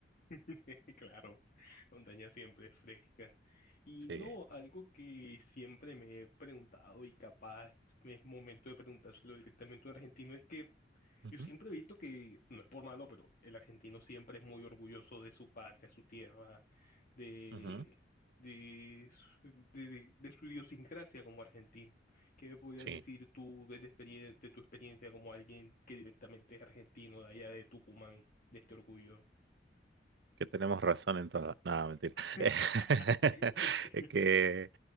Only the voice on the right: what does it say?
Sí.
Ujú,
ujú.
Sí,
que tenemos razón en todo. No, mentira.
<laughs> Es que,